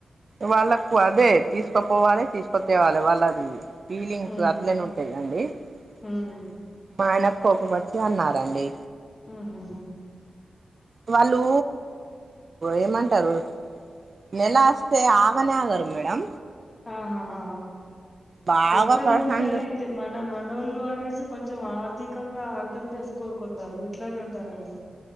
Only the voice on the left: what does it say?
ఉమ్
ఉమ్
ఉహు
ఆహాహా
ఇబ్బంది
ఉంటది అయితే మన మనోళ్ళు అనేసి కొంచెం ఆర్థికంగా అర్థం చేసి కోరుకుందారు ఇట్లనే ఉంటారండి